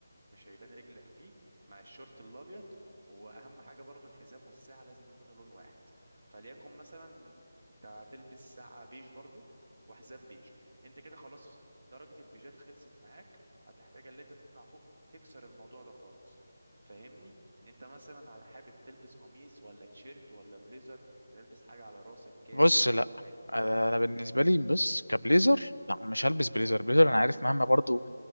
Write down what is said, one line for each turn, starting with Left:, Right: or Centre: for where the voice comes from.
Right: مش هيبان رجلك فيه مع الشورت الابيض واهم حاجة برضو الحزام والساعة لازم يكونوا لون واحد فليكن مثلا انت هتلبس ساعة بيج برضو وحزام بيج انت كده خلاص درجة البيجات خلصت معاك هتحتاج اللي انت تطلع فوق تكسر الموضوع ده خالص فاهمني انت مثلا على حابب تلبس قميص ولا تيشيرت ولا بليزر تلبس حاجة على راسك كاب
Left: بص لا
Right: ولا ايه
Left: انا بالنسبه لي بص كبليزر لا مش هلبس بليزر بليزر انا عارف مهما برضو